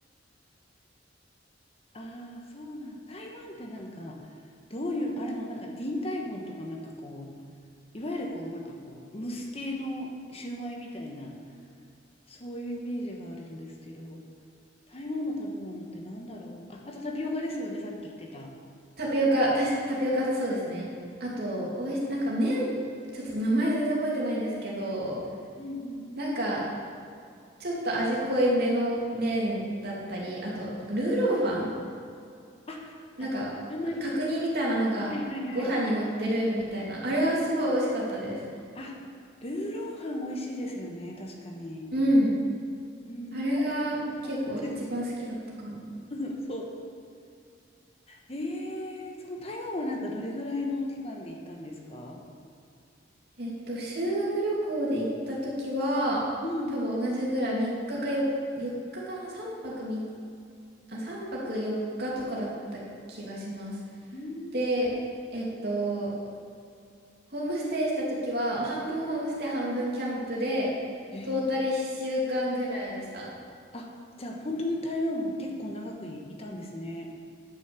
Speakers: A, on the left (about 30°); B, on the right (about 55°).
A: ああ、そうなん。台湾ってなんか、どういう、あれの、なんか、ディンタイフォンとかなんかこう、いわゆるこう、なんかこう、蒸す系のシューマイみたいな、そういうイメージがあるんですけど、台湾の食べ物ってなんだろう。あ、あとタピオカですよね、さっき言ってた。
B: <laughs> タピオカ、たし、タピオカ、そうですね。あと、おいし、なんか麺、ちょっと名前全然覚えてないんですけど、
A: うんうん。
B: なんか、ちょっと味濃いめの麺だったり、あと、ルーローファン
A: あ、
B: なんか、
A: あの、鉛のね。
B: か角煮みたいなのがご飯に乗ってるみたいな。
A: はいはいはい。
B: あれがすごい美味しかったです。
A: あ、ルーローハン美味しいですよね、確かに。
B: うん。
A: うん。
B: あれが結構一番好きだったかも。
A: <laughs> ですねうんそう。えー、その台湾はなんかどれぐらいの期間で行ったんですか
B: えっと、修学旅行で行った時は、
A: うんうん。
B: 多分同じぐらい3日かかよ4日かかな ?3 泊3、さんぱくみあ、3泊4日とかだった気がします。
A: うん
B: で、えっと、ホームステイした時は、半分ホームステイ、半分キャンプで、
A: えー、
B: トータル1週間ぐらいでした。
A: あ、じゃあ本当に台湾は結構長くい、いたんですね。